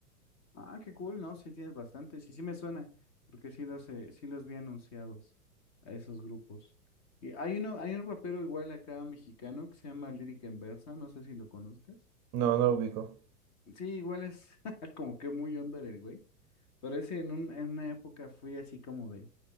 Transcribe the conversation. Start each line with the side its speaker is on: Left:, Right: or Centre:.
Left: Ah, qué cool, ¿no? Sí tienes bastante, sí, sí me suena, porque sí los, eh, sí los vi anunciados a esos grupos. Y hay uno, hay un rapero igual acá mexicano que se llama Lyric Enversa, no sé si lo conozcas.
Right: No, no lo ubico.
Left: Sí, igual es <laughs> como que muy onda el güey. Pero ese en, un- en una época fui así como de